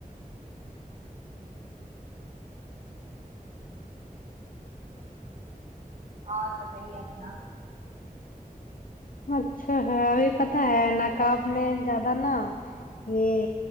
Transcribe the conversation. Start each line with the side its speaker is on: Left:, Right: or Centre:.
Right: اور بتائیے اپنا
Left: اچھا ہے ہمیں پتہ ہے نقاب میں زیادہ نا یہ